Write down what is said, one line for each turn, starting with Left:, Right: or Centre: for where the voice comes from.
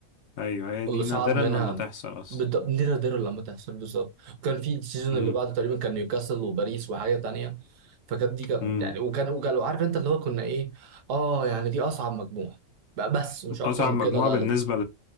Left: أيوة هي
Right: اللي
Left: دي
Right: صعد
Left: نادرا
Right: منها
Left: لما تحصل أصلا
Right: بت- نادر نادر لما تحصل بالظبط وكان في السيزون
Left: امم
Right: اللي بعده تقريبا كان نيوكاسل وباريس وحاجه تانية فكانت دي كانت
Left: امم
Right: يعني وكان وكان عارف انت اللي هو كنا ايه اه يعني دي اصعب مجموعه بقى بس مش اكتر
Left: أصعب
Right: من
Left: مجموعة
Right: كده لا
Left: بالنسبة
Right: لا